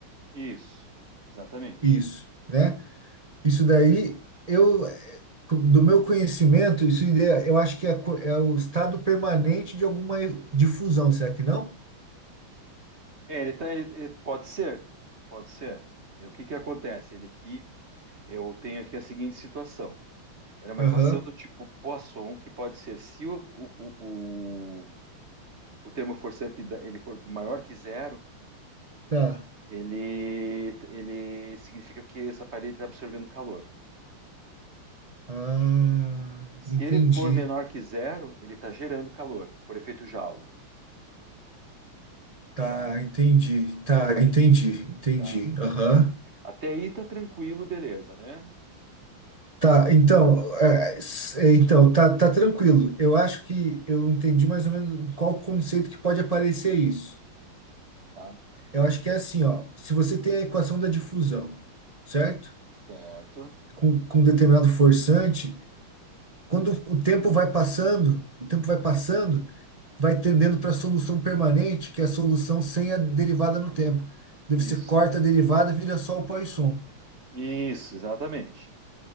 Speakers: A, on the right (about 35°); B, on the right (about 60°).
A: Isso. Exatamente.
B: Isso, né? Isso daí, eu, do meu conhecimento, isso ide- eu acho que é, co- é o estado permanente de alguma difusão, será que não?
A: É, ele tá. ele- ele- pode ser. Pode ser. É, o que que acontece? Ele aqui, eu tenho aqui a seguinte situação. Era uma
B: Aham,
A: equação do tipo Poisson, que pode ser se o, o, o, o termo forçante da- ele for maior que zero,
B: Tá.
A: ele, ele significa que essa parede está absorvendo calor.
B: Ah,
A: Se
B: entendi.
A: ele for menor que zero, ele está gerando calor, por efeito Joule,
B: Tá,
A: tá?
B: entendi. Tá, entendi. Entendi.
A: Tá.
B: Aham.
A: Até aí tá tranquilo, beleza, né?
B: Tá, então, é, s- é, então tá, tá tranquilo. Eu acho que eu entendi mais ou menos qual conceito que pode aparecer isso.
A: Tá.
B: Eu acho que
A: É,
B: é assim, ó. Se você tem a equação da difusão, certo?
A: certo.
B: Com, com determinado forçante. quando o tempo vai passando, o tempo vai passando, vai tendendo para a solução permanente, que é a solução sem a derivada no tempo. Deve
A: Isso.
B: ser corta a derivada, vira só o Poisson.
A: Isso, exatamente.